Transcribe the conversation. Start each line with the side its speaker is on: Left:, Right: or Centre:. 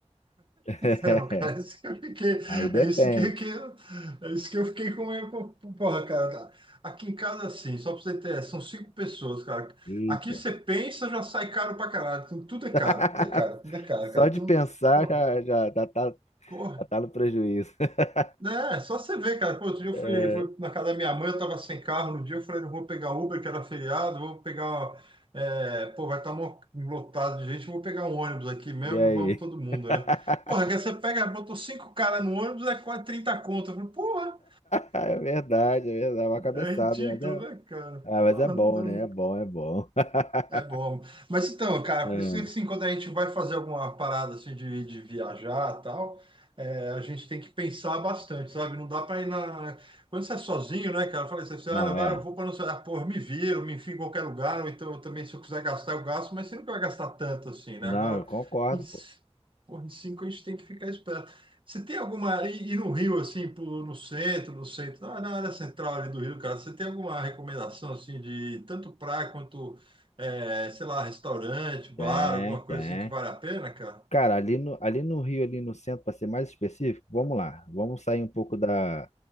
Left: <laughs>
Right: Não, cara, é isso que eu fiquei,
Left: Aí depende.
Right: é isso que, que- é isso que eu fiquei com meio, com- porra, cara, tá. aqui em casa, assim, só pra você ter, são cinco pessoas, cara,
Left: Eita.
Right: aqui você pensa, já sai caro pra caralho, tudo, tudo é
Left: <laughs>
Right: caro, tudo é caro, tudo é caro,
Left: Só
Right: cara, então,
Left: de pensar
Right: porra,
Left: já, já, já tá,
Right: porra.
Left: já tá no prejuízo. <laughs>
Right: Né, É, só você ver, cara. Pô, outro dia eu
Left: É,
Right: fui, fui na casa da minha mãe, eu tava sem carro no dia, eu falei, não vou pegar Uber, que era feriado, vou pegar. é, pô, vai estar lotado de gente, vou pegar um ônibus aqui mesmo
Left: e aí?
Right: e vamos todo mundo,
Left: <laughs>
Right: né? Porra, que você pega, botou cinco caras no ônibus, é quase 30 conto. Eu falei, porra,
Left: É verdade, é verdade. É Uma cabeçada,
Right: é ridículo,
Left: mas é,
Right: né, cara?
Left: ah, mas
Right: Porra,
Left: é bom,
Right: não, dá-
Left: né?
Right: não,
Left: É bom, é bom. <laughs>
Right: É bom. Mas então, cara,
Left: É,
Right: por isso que assim, quando a gente vai fazer alguma parada assim de, de viajar e tal, é, a gente tem que pensar bastante, sabe? Não dá para ir na. Quando você é sozinho, né, cara? Eu falei assim,
Left: Não,
Right: ah, vai,
Left: é.
Right: eu vou para não sei, ah, pô, eu me viro, me enfio em qualquer lugar, ou então eu também, se eu quiser gastar, eu gasto, mas você nunca vai gastar tanto assim, né?
Left: Não,
Right: Agora,
Left: eu concordo,
Right: em, c-
Left: pô.
Right: pô, em cinco a gente tem que ficar esperto. Você tem alguma. E, e no Rio, assim, pro- no centro, no centro, na na área central ali do Rio, cara, você tem alguma recomendação assim de tanto praia quanto é, sei lá, restaurante, bar,
Left: Tem,
Right: alguma coisa
Left: tem.
Right: assim que vale a pena, cara?
Left: Cara, ali no, ali no Rio, ali no centro, para ser mais específico, vamos lá. Vamos sair um pouco da,